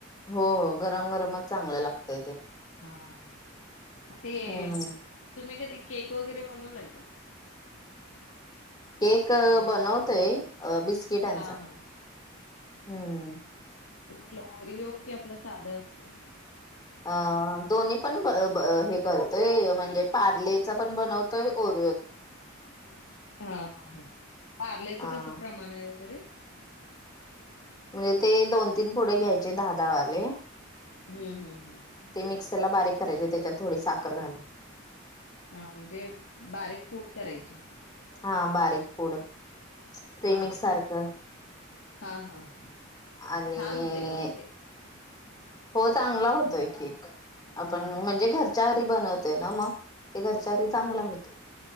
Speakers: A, on the left; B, on the left.
A: हो- हो गरम गरमच चांगलं लागतय ते
B: हां, ते
A: हम्म.
B: तुम्ही कधी केक वगैरे बनवलाय का?
A: केक बनवताय अ बिस्किटांचा
B: हां, हां.
A: <inaudible> हम्म
B: ्ओलोरी हो कि आपल साध बिस्किट
A: अ दोन्ही पण <inaudible> हे करतोय म्हणजे पार्लेचा पण बनवतोय ओर
B: <inaudible> हा ह पारलेच
A: हा
B: कस प्रमाण आहे वगैरे
A: म्हणजे ते दोन तीन पुढे घ्यायचे दहा -दहा वाले
B: हम् हम्
A: ते मिक्सरला बारीक करायचे त्याच्यात थोडी साखर घालून
B: हा म्हणजे बारीक पोड करायची
A: हा <inaudible> बारीक पुड प्रेमिक
B: हा हा
A: सारखं
B: हा -हा- हा
A: आणि
B: छान होतय का मग ते
A: हो चांगला होतोय केक आपण
B: हा हा
A: म्हणजे घरच्या हरी बनवते ना मग ते घरच्या घरी चांगला होत